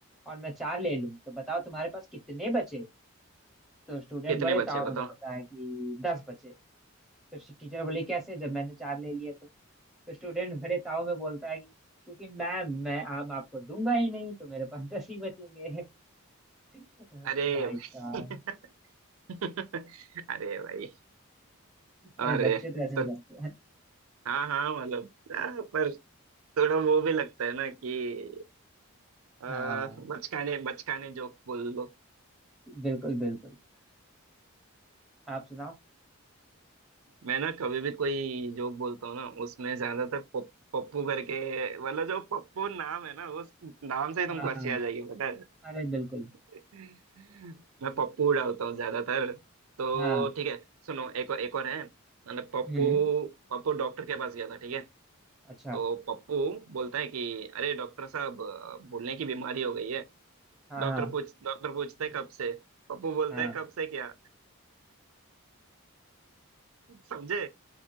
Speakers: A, in the centre; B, on the right.
A: और मैं चार ले लूं तो बताओ तुम्हारे पास कितने बचे तो स्टूडेंट
B: कितने
A: बड़े
B: बचे
A: ताव में
B: बताओ
A: बोलता है कि दस बचे तो टीचर बोले कैसे जब मैंने चार ले लिए तो तो स्टूडेंट बड़े ताव में बोलता है कि क्योंकि मैम मैं आम आपको दूंगा ही नहीं तो मेरे पास <laughs> दस ही बचेंगे <laughs>
B: अरे
A: भाई
B: भाई
A: साहब
B: <laughs> अरे भाई अरे
A: अरे बच्चे तो ऐसे
B: तो
A: ही करते हैं
B: हाँ हाँ मतलब आ, पर थोड़ा वो भी लगता है ना कि आ,
A: हाँ
B: बचकाने बचकाने जोक बोल दो
A: बिल्कुल बिल्कुल आप सुनाओ
B: मैं ना कभी भी कोई जोक बोलता हूँ ना उसमें ज्यादातर पप- पप्पू करके मतलब जो पप्पू नाम है ना उस नाम से ही तुमको
A: हाँ
B: हंसी आ जाएगी पता है
A: अरे बिल्कुल
B: <laughs> मैं पप्पू डालता हूँ ज्यादातर तो
A: हाँ
B: ठीक है सुनो एक और एक और है मतलब पप्पू
A: हम्म
B: पप्पू डॉक्टर के पास गया था ठीक है
A: अच्छा
B: तो पप्पू बोलता है कि अरे डॉक्टर साहब अ, भूलने की बीमारी हो गई है
A: हाँ
B: डॉक्टर
A: हाँ
B: पूछ डॉक्टर पूछते है कब से पप्पू बोलता
A: हाँ
B: है कब से क्या समझे